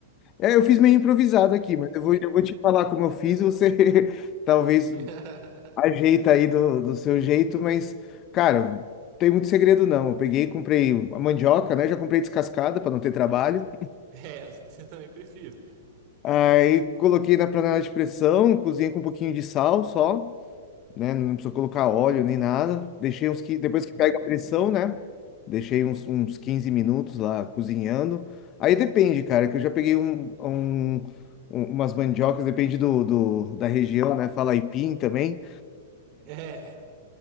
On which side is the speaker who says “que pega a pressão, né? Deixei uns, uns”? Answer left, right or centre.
Left